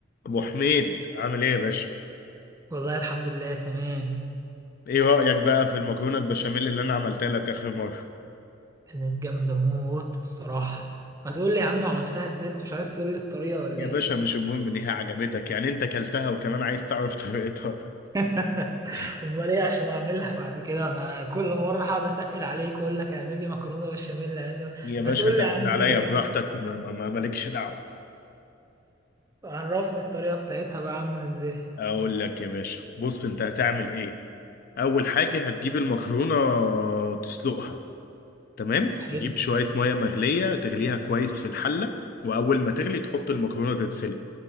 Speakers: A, on the left (about 50°); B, on the right (about 15°).
A: ابو حميد عامل ايه يا باشا
B: والله الحمد لله تمام
A: ايه رأيك بقى في المكرونة البشاميل اللي انا عملتها لك اخر مرة
B: كانت جامدة موت الصراحة ما تقول لي يا عم عملتها ازاي انت مش عايز تقول لي الطريقة ولا
A: يا
B: ايه
A: باشا مش المهم ان هي عجبتك يعني انت كلتها وكمان عايز تعرف طريقتها
B: <laughs>
A: <laughs>
B: امال ايه عشان اعملها بعد كده انا كل مرة هقعد اتقل عليك واقول لك اعمل لي مكرونة بشاميل اعمل لي
A: يا باشا
B: ما تقول
A: تقل
B: لي يا عم
A: عليا
B: الطريقة
A: براحتك وما ما ما- مالكش دعوة
B: عرفني الطريقة بتاعتها بقى عاملة ازاي
A: اقول لك يا باشا بص انت هتعمل ايه اول حاجة هتجيب المكرونة تسلقها تمام
B: حلو
A: تجيب شوية مية مغلية تغليها كويس في الحلة واول ما تغلي تحط المكرونة تتسلق